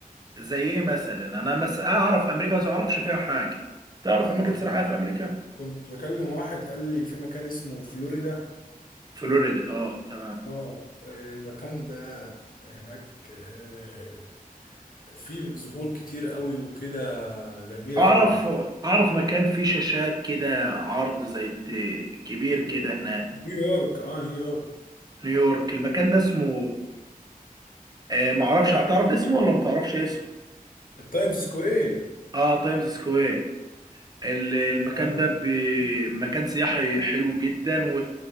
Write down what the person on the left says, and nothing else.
يعني
كنت
كنت بكلم واحد قال لي في مكان اسمه فلوريدا
اه المكان ده هناك آه، فيه زهور كتير قوي وكده جميلة
قوي
نيويورك اه نيويورك
التايمز سكوير
آه